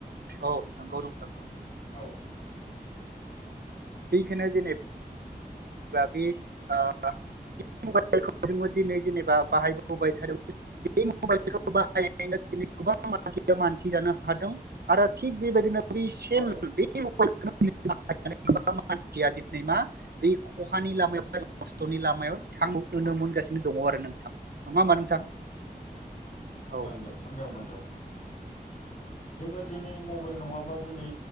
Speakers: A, on the right; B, on the left.
A: औ नंगौ नोंथां
B: औ
A: बेखौनो जेने बा बे जि मबाइलखौ जोङो दिनै जेनेबा बाहायबोबाय थादोंमोन बे मबाइलखौ बाहायनो दिनै गोबां मानसिया मानसि जानो हादों आरो थिग बेबायदिनो बेसिम
B: हादों
A: बे <unintelligible> गोबां मानसिया दिनै मा बे खहानि लामायाव नस्थ'नि
B: उम
A: लामायाव थां नुनो मोनगासिनो दङ आरो नों नङा होमबा नोंथां औ
B: नोनदों मोनदों मोनदों मोनदों। जोङो दिनै मबाइल नङाबा दिनै